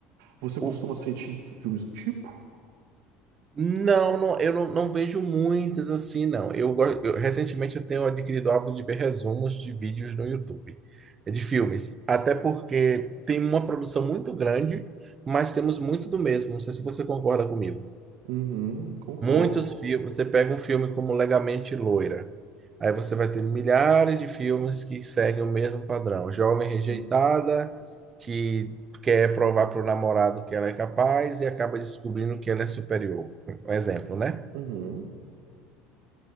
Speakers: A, on the right; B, on the right.
A: Você
B: O,
A: costuma assistir filmes do tipo?
B: Não, não, eu não, não vejo muitas assim, não. Eu, go- eu- recentemente eu tenho adquirido o hábito de ver resumos de vídeos no YouTube, de filmes. Até porque tem uma produção muito grande, mas temos muito do mesmo. Não sei se você concorda comigo.
A: Uhum, concordo.
B: Muitos filmes, você pega um filme como Legamente Loira, aí você vai ter milhares de filmes que seguem o mesmo padrão. Jovem
A: Uhum,
B: rejeitada, que quer provar para o namorado que ela é capaz e acaba descobrindo que ela é superior. Um exemplo, né?
A: uhum,